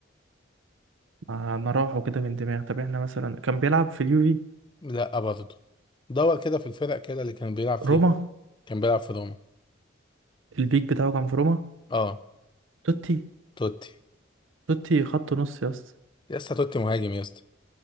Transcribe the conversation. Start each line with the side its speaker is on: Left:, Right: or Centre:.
Right: ما ما راحوا كده من دماغ طب احنا مثلا كان بيلعب في اليوفي
Left: لا برضه دور كده في الفرق كده اللي كان بيلعب فيها
Right: روما
Left: كان بيلعب في روما
Right: البيك بتاعه كان في روما
Left: اه
Right: توتي
Left: توتي
Right: توتي خط نص يا اسطى
Left: لسه توتي مهاجم يا اسطى